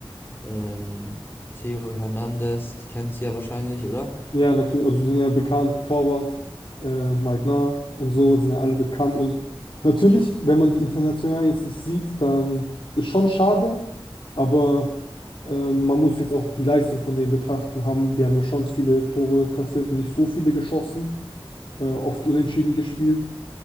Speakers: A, on the left (about 25°); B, on the left (about 65°).
A: ähm, Theo Hernandez, die kennst du ja wahrscheinlich, oder?
B: ja, natürlich, also die sind ja bekannt, Torwart, äh, Mike Nah und so, sind ja alle bekannt. Und natürlich, wenn man die international jetzt nicht sieht, dann ist schon schade, aber Ähm, man muss jetzt auch die Leistung von denen betrachten haben. Die haben ja schon viele Tore kassiert und nicht so viele geschossen, äh, oft unentschieden gespielt.